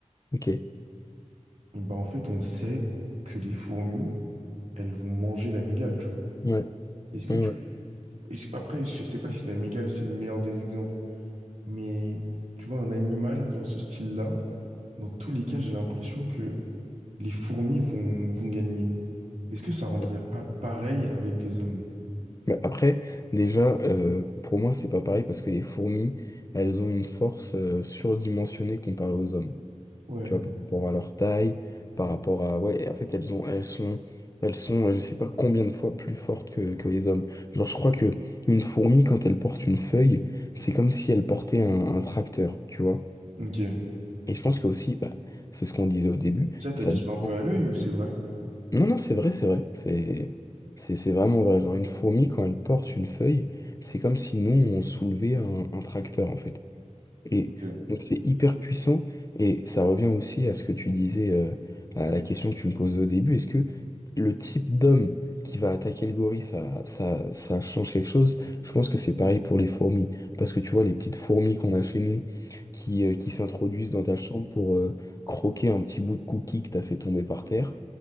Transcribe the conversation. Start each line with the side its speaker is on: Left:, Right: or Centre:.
Left: ok.
Right: et ben en fait, on sait que les fourmis, elles vont manger la migale, tu vois.
Left: Ouais,
Right: Est-ce que
Left: ouais,
Right: tu.
Left: ouais.
Right: est-ce que- Après, je sais pas si la migale, c'est le meilleur des exemples, mais tu vois, un animal dans ce style-là, dans tous les cas, j'ai l'impression que les fourmis vont, vont gagner. Est-ce que ça rendrait
Left: Bon.
Right: pas pareil avec des hommes?
Left: Bah, après, déjà, euh, pour moi, c'est pas pareil parce que les fourmis, elles ont une force euh, surdimensionnée comparée aux hommes.
Right: Ouais,
Left: Tu vois, par rapport à leur taille, par rapport à... Ouais, en fait, elles ont, elles sont, elles sont, euh, je sais pas combien de fois plus fortes que, que les hommes. Genre, je crois que une fourmi, quand elle porte une feuille, c'est comme si elle portait un, un tracteur, tu vois.
Right: ok.
Left: Et je pense que aussi, bah, c'est ce qu'on disait au début,
Right: Ça, t'as
Left: ça
Right: dit
Left: dépend
Right: ça un peu à l'œil ou c'est vrai?
Left: Non, non, c'est vrai, c'est vrai. C'est, c'est, c'est vraiment vrai. Genre, une fourmi, quand elle porte une feuille, c'est comme si nous, on soulevait un, un tracteur, en fait. Et
Right: Ok.
Left: donc, c'est hyper puissant. Et ça revient aussi à ce que tu disais, euh, à la question que tu me posais au début. Est-ce que le type d'homme qui va attaquer le gorille, ça, ça, ça change quelque chose? Je pense que c'est pareil pour les fourmis. Parce que tu vois, les petites fourmis qu'on a chez nous, qui, euh, qui s'introduisent dans ta chambre pour, euh, croquer un petit bout de cookie que t'as fait tomber par terre.